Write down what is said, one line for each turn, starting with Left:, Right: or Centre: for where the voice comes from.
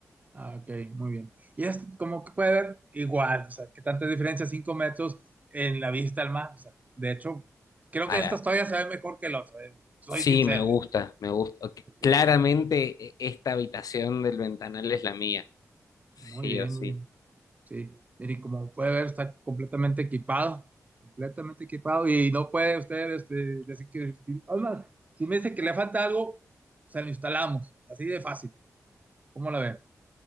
Right: Ah, ok, muy bien. Y es como que puede ver igual, o sea, que tanta diferencia, 5 metros en la vista al mar. O sea, de hecho, creo
Left: Ahora,
Right: que esta todavía se ve mejor que el otro, eh, Soy
Left: sí,
Right: sincero,
Left: me gusta,
Right: eh.
Left: me gusta. Ok,
Right: Sí, sí.
Left: Claramente e- esta habitación del ventanal es la mía, sí
Right: Muy bien,
Left: o sí.
Right: muy bien. Sí, mire, como puede ver, está completamente equipado, completamente equipado y no puede usted este, decir que... si- Además, si me dice que le falta algo, se lo instalamos, así de fácil. ¿Cómo la ve?